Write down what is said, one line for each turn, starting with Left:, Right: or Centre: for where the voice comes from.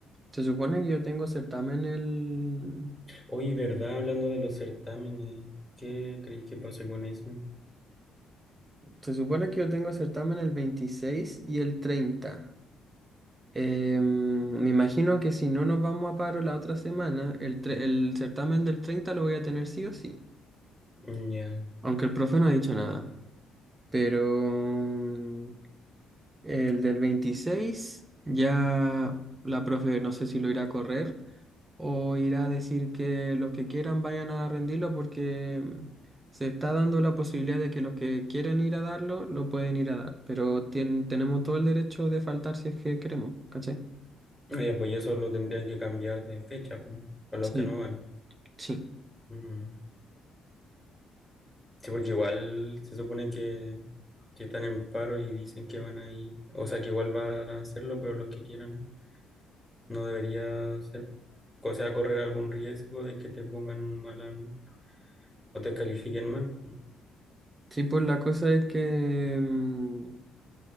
Right: Se supone que yo tengo certamen el...
Centre: Oye, ¿verdad? Hablando de los certámenes, ¿qué creéis que pase con eso?
Right: Se supone que yo tengo certamen el 26 y el treinta Em, me imagino que si no nos vamos a paro la otra semana, el, tre- el certamen del 30 lo voy a tener sí o sí.
Centre: Mm, Ya.
Right: Aunque el profe no ha dicho nada. Pero em, el del 26 ya la profe no sé si lo irá a correr. o ir a decir que los que quieran vayan a rendirlo porque mm, se está dando la posibilidad de que los que quieren ir a darlo lo pueden ir a dar, pero tien- tenemos todo el derecho de faltar si es que queremos, ¿cachai?
Centre: Oye, pues eso lo tendrían que cambiar de fecha, po, para
Right: Sí,
Centre: los que no van.
Right: sí.
Centre: Mm. Sí, porque igual se supone que, que están en paro y dicen que van a ir, o sea, que igual van a hacerlo, pero los que quieran no debería ser, o sea, correr algún riesgo de que te pongan mal an- o te califiquen mal.
Right: Sí, pues la cosa es que mm,